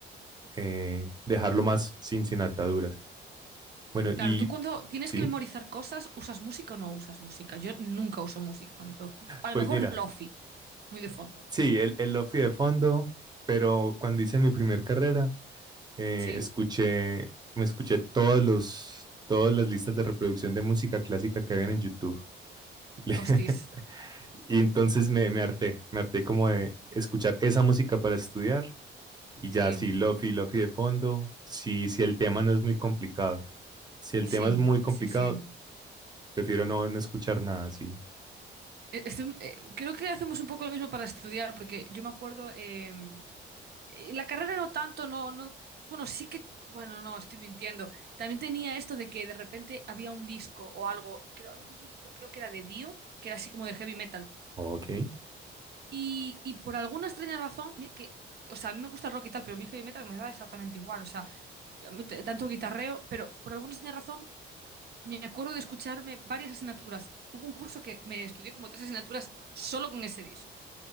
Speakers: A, on the right; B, on the right.
A: eh, dejarlo más sin, sin ataduras. Bueno, y
B: Claro, tú cuando tienes
A: sí,
B: que memorizar cosas, ¿usas música o no usas música? Yo nunca uso música cuando tengo que- A
A: pues
B: lo mejor
A: mira,
B: lofi, muy de fondo.
A: sí, el, el lofi de fondo, pero cuando hice mi primer carrera, eh,
B: ¿Sí?
A: escuché, me escuché todos los, todas las listas de reproducción de música clásica que habían en YouTube. Le- <laughs>
B: Hostis.
A: Y entonces me, me harté, me harté como de escuchar esa música para estudiar y ya
B: Sí,
A: si lofi, lofi de fondo, si, si el tema no es muy complicado. Si el
B: sí,
A: tema es muy complicado,
B: sí, sí.
A: prefiero no, no escuchar nada así.
B: Eh, estoy- eh, creo que hacemos un poco lo mismo para estudiar, porque yo me acuerdo, eh, eh, la carrera no tanto, no, no, bueno, sí que, bueno, no, estoy mintiendo. También tenía esto de que de repente había un disco o algo, creo, había un disco, creo que era de Dio, que era así como de heavy metal.
A: Ok.
B: Y, y por alguna extraña razón, mira que, o sea, a mí me gusta el rock y tal, pero mi heavy metal me da exactamente igual, o sea, a mí t- tanto guitarreo, pero por alguna extraña razón me acuerdo de escucharme varias asignaturas. Hubo un curso que me estudié como tres asignaturas solo con ese disco.